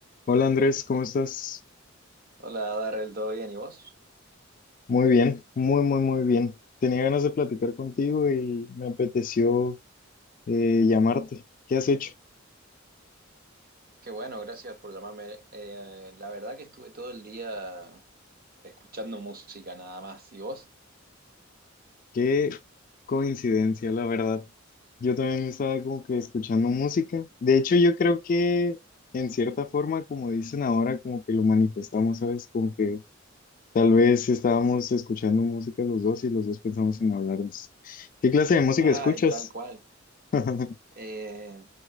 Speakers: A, on the left; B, on the right.
A: Hola Andrés, ¿cómo estás?
B: Hola, Darrell, ¿todo bien? ¿Y vos?
A: Muy bien, muy, muy, muy bien. Tenía ganas de platicar contigo y me apeteció eh, llamarte. ¿Qué has hecho?
B: Qué bueno, gracias por llamarme. Eh, la verdad que estuve todo el día escuchando música nada más. ¿Y vos?
A: Qué coincidencia, la verdad. Yo también estaba como que escuchando música. De hecho, yo creo que en cierta forma, como dicen ahora, como que lo manifestamos, ¿sabes? Como que tal vez estábamos escuchando música los dos y los dos pensamos en hablarnos. ¿Qué clase de música
B: <laughs> Ay,
A: escuchas?
B: tal cual.
A: <laughs>
B: Eh,